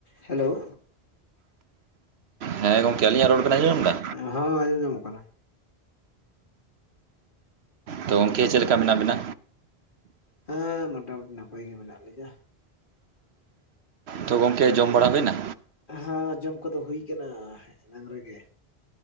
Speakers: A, on the left (about 55°); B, on the right (about 85°).
A: Hello
B: ᱦᱮ ᱜᱚᱝᱠᱮ ᱟ. ᱞᱤᱧᱟᱜ ᱨᱚᱲ ᱵᱮᱱ ᱟᱡᱚᱢ ᱫᱟ
A: ᱦᱚ ᱟᱡᱚᱢ ᱧᱟᱢᱚᱜ ᱠᱟᱱᱟ
B: ᱛᱚ ᱜᱚᱢᱠᱮ ᱪᱮᱫ ᱞᱮᱠᱟ ᱢᱮᱱᱟᱜ ᱵᱤᱱᱟ
A: ᱦᱮ ᱢᱚᱴᱟᱢᱩᱴᱤ ᱱᱟᱯᱟᱭ ᱜᱮ ᱢᱮᱱᱟᱜ ᱞᱤᱧᱟ
B: ᱛᱚ ᱜᱚᱝᱠᱮ ᱡᱚᱢ ᱵᱟᱲᱟ ᱦᱩᱭᱱᱟ
A: ᱦᱮ ᱡᱚᱢ ᱠᱚᱫᱚ ᱦᱩᱭ ᱠᱟᱱᱟ ᱮᱱᱟᱝ ᱨᱮᱜᱮ